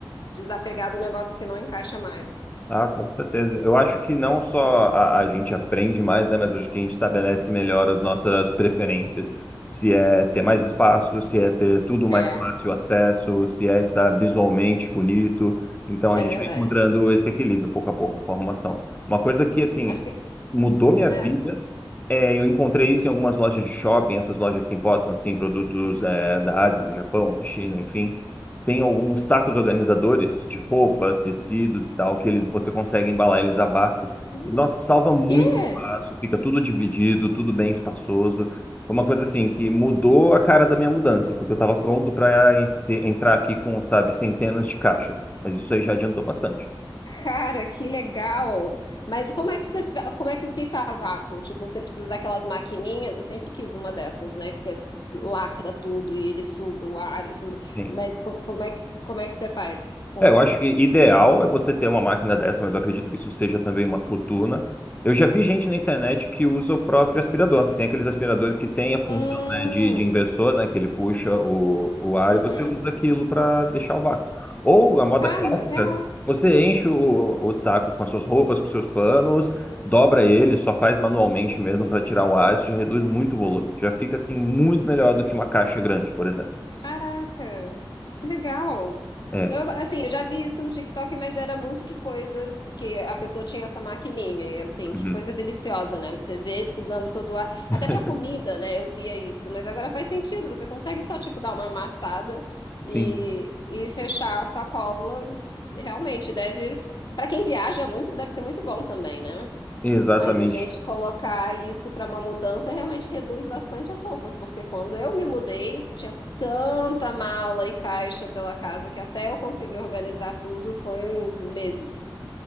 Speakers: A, on the left (about 55°); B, on the left (about 20°).
A: desapegar do negócio que não encaixa mais.
B: Ah, com certeza. Eu acho que não só a, a gente aprende mais, né, mas acho que a gente estabelece melhor as nossas preferências. Se é ter mais espaço, se é ter tudo mais
A: É,
B: fácil acesso, se é estar visualmente bonito. Então a
A: é
B: gente
A: verdade.
B: vai encontrando esse equilíbrio pouco a pouco com a arrumação. Uma coisa que, assim,
A: Acho que
B: mudou minha
A: é.
B: vida é eu encontrei isso em algumas lojas de shopping, essas lojas que importam, assim, produtos, eh, da Ásia, do Japão, da China, enfim tem alguns sacos organizadores de roupas, tecidos e tal, que eles você consegue embalar eles a vácuo.
A: Hum,
B: E, nossa, salva muito
A: quê?
B: espaço, fica tudo dividido, tudo bem espaçoso. Foi uma coisa assim que mudou a cara da minha mudança, porque eu estava pronto para entrar aqui com, sabe, centenas de caixas. Mas isso aí já adiantou bastante.
A: Cara, que legal! Mas como é que você, fi- como é que fica a vácuo? Tipo, você precisa daquelas maquininhas? Eu sempre quis uma dessas, né? Que você lacra tudo e ele suga o ar e tudo.
B: Sim.
A: Mas co- como é, como é que você faz com...
B: É, eu acho que ideal é você ter uma máquina dessa, mas eu acredito que isso seja também uma fortuna. Eu já vi gente na internet que usa o próprio aspirador. Tem aqueles aspiradores que têm a função,
A: Hum,
B: né, de, de inversor, né, que ele puxa o, o ar
A: uhum.
B: e você usa aquilo para deixar o vácuo. Ou a moda
A: Cara,
B: clássica,
A: real.
B: você enche o, o saco com as suas roupas, com seus panos, dobra ele, só faz manualmente mesmo para tirar o ar, isso já reduz muito o volume. Já fica assim muito melhor do que uma caixa grande, por exemplo.
A: Caraca, que legal.
B: É.
A: Eu, assim, eu já vi isso no TikTok, mas era muito de coisas que a pessoa tinha essa maquininha e assim,
B: Uhum.
A: que coisa deliciosa, né? Você vê sugando todo o ar,
B: <laughs>
A: até pra comida, né? Eu via isso, mas agora faz sentido, você consegue só tipo dar uma amassada e,
B: Sim,
A: e fechar a sacola e realmente deve, Pra quem viaja muito, deve ser muito bom também, né?
B: exatamente.
A: Mas a gente colocar isso para uma mudança realmente reduz bastante as roupas, porque quando eu me mudei, tinha tanta mala e caixa pela casa que até eu conseguir organizar tudo foi um meses.